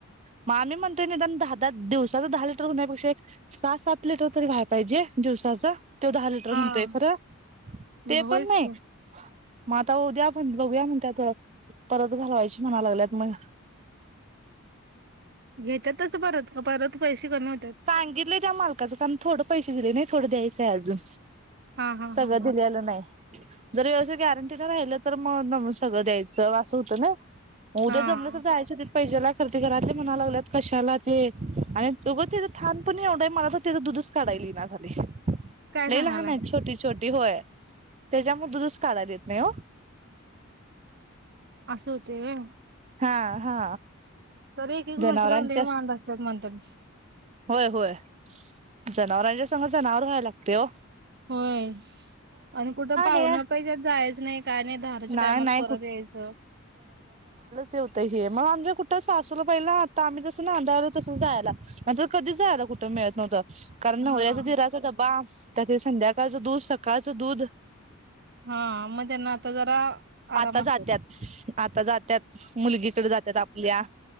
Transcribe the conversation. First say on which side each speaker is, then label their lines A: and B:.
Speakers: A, on the right (about 30°); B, on the right (about 50°).
A: म म्हणतोय दहा दिवसाच दहा लिटर होनण्यापेक्षा एक सात सात लिटर तरी व्हायला पाहिजे दिवसाच तो दहा लिटर
B: हां.
A: म्हणतोय खरं
B: मग
A: ते
B: होयच
A: पण नाही
B: की.
A: मग आता उद्या बघूया म्हणत्यात परत घालवायची म्हणाय लागल्यात मग
B: घेता तस परत परत पैसे कमी होतात?
A: सांगितलं त्या मालकाचं कारण थोडं पैसे नाही थोडं द्यायचंय अजून
B: हां, हां,
A: सगळं
B: हां, हां.
A: दिलेलं नाही जर व्यवसायित गॅरंटी न राहिलं तर मग सगळं द्यायचं अस होत ना मग उद्या
B: हां,
A: जमलंस जायच हो पहिजेती घरात म्हणाला लागल्यात कशाला ते आणि उगाच थान पण एवढा आहे मला तर त्याचं दुधच काढायला येईना झालंय
B: काय
A: लय
B: सांगायलाय?
A: लहान आहेत छोटी छोटी छोटी होय त्याच्या त्याच्या मूळ दूधच काढायला येत नाही
B: असं होतंय होय
A: हा हा
B: तर एक एक
A: जनावरांच्या
B: मचरावले वांड असतात म्हणंतात
A: होय होय जनावरांच्या सग जनावर व्हायला लागते हो
B: होय आणि कुठं पाहुणं
A: हे
B: पाहिजे जायचं नाही काय नाही धारच्या
A: नाही
B: टायमाला
A: नाही
B: परत यायचं
A: होत हे मग आमे कुठं सासूला पहिलं आता आम्ही जसं नांदायलो तसं जायला नंतर कधीच जायला कुठे मिळत नव्हतं कारण
B: हां.
A: नवऱ्याचा दिराचा डब्बा त्यात संध्याकाळचं दूध सकाळचं दूध
B: हा मग त्यांना आता जरा आराम
A: आता जात्यात
B: असल
A: आता जात्यात मुलगीकडे जातात आपल्या